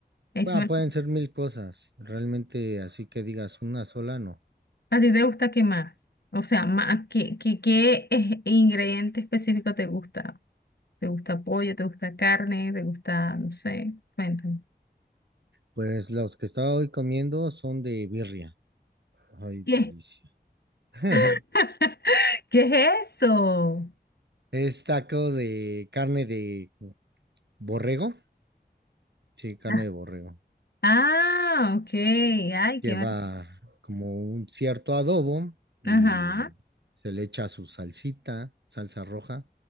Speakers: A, on the left; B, on the right.
A: Échame-
B: Ah,
A: el-
B: pueden ser mil cosas. Realmente, así que digas una sola, no.
A: ¿A ti te gusta qué más? O sea, ma- ¿qué, qué, qué es- ingrediente específico te gusta? ¿Te gusta pollo? ¿Te gusta carne? ¿Te gusta, no sé? Cuéntame.
B: Pues los que estaba hoy comiendo son de birria. Ay,
A: ¿Qué?
B: delicia. <laughs>
A: <laughs> ¿Qué es eso?
B: Es taco de carne de borrego. Sí, carne
A: Ah,
B: de borrego.
A: ah, ok. Ay,
B: Lleva
A: qué... mar-
B: como un cierto adobo
A: Ajá.
B: y se le echa su salsita, salsa roja.